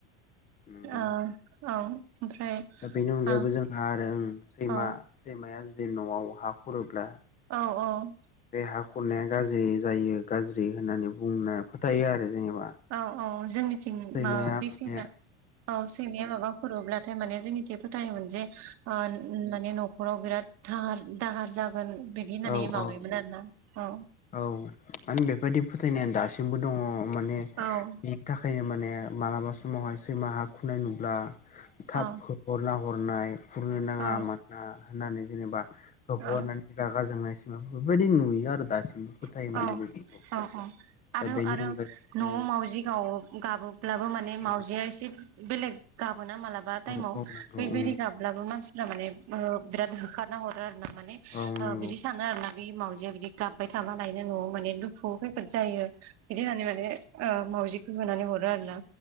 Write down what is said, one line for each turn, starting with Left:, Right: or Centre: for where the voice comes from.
Left: नंगौ
Right: ओ ओमफ्राय औ
Left: दा बेनि अनगायैबो
Right: ओ
Left: जोंहा आरो ओ सैमा
Right: औ
Left: सैमाया जुदि न'आव हा खुरोब्ला
Right: औ औ
Left: बे हा खुरनाया गाज्रि जायो गाज्रि होननानै बुंनो फोथायो आरो जेनेबा।
Right: औ औ जोंनिथिं
Left: सैमाया
Right: मा बे
Left: माने
Right: सैमा औ सैमाया माबा फोरोब्लाथाय माने जोंनिथि फोथायोमोनजे ओ माने जे न'खराव बिरादाहार दाहार जागोन बिदि होननानै
Left: औ
Right: माबायोमोन
Left: औ
Right: आरोना औ
Left: औ माने बेबायदि फोथायनाया दासिमबो दङ माने
Right: औ
Left: बिनि थाखायनो माने मालाबा समावहाय सैमा हा खुरनाय नुब्ला थाब
Right: औ
Left: हरना हरनाय हुरनो नाङा
Right: औ
Left: मा होननानै जेनेबा हो हरनानै
Right: औ
Left: रागा जोंनायसिमाव बेफोरबायदि नुयो आरो दासिमबो। फोथायो
Right: औ
Left: माने बेफोरखौ
Right: औ औ आरो
Left: दा बेनि
Right: आरो
Left: अनगायै
Right: न'आव
Left: औ
Right: मावजि गाव गाबोब्लाबो माने मावजिया
Left: औ
Right: एसे बेलेग गाबोना माला बा ताइमाव
Left: औ औ नंगौ
Right: बैबायदि
Left: उम
Right: गाबब्लाबो मानसिफ्रा माने ओ बिराद होखारना हरो आरोना माने‌
Left: औ
Right: ओ
Left: नंगौ
Right: सानो आरोना बे मावजिया बिदि गाबबाय थाबालायनो न'आव माने दुखु खैफोद जायो। बिदि होननानै माने ओ मावजिखौ होनानै हरो आरोना।